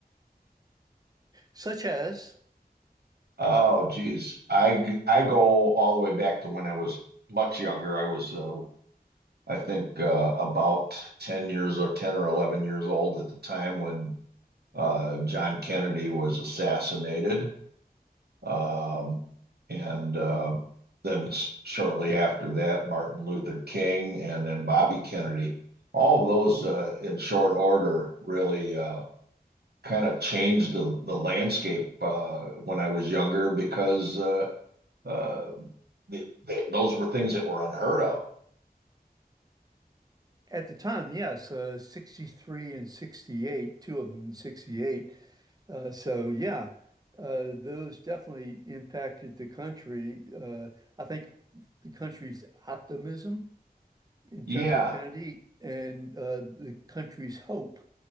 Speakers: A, on the right (about 25°); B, on the right (about 80°).
A: Such as,
B: Oh, geez, I I go all the way back to when I was much younger. I was uh, I think uh, about 10 years or 10 or 11 years old at the time when Uh, John Kennedy was assassinated. Um, and uh, then shortly after that, Martin Luther King and then Bobby Kennedy. All of those uh, in short order really uh, kind of changed the, the landscape uh, when I was younger because uh, uh, th th those were things that were unheard of.
A: at the time, yes, uh, 63 and 68, two of them in 68. Uh, so, yeah, uh, those definitely impacted the country. Uh, I think the country's optimism in
B: Yeah,
A: terms of Kennedy and uh, the country's hope